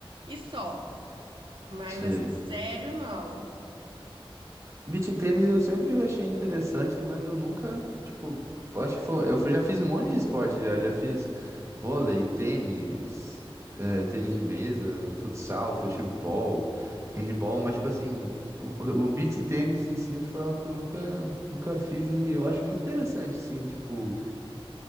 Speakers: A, on the right (about 60°); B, on the right (about 30°).
A: e só. Mas
B: sei.
A: assim, sério, não.
B: Beach tênis eu sempre achei interessante, mas eu nunca, tipo, eu acho que foi, eu já fiz um monte de esporte já, já fiz vôlei, tênis, eh, tênis de mesa, futsal, futebol, handball, mas tipo assim, o, o beach tênis em si foi algo que eu nunca, nunca fiz e eu acho muito interessante, assim, tipo,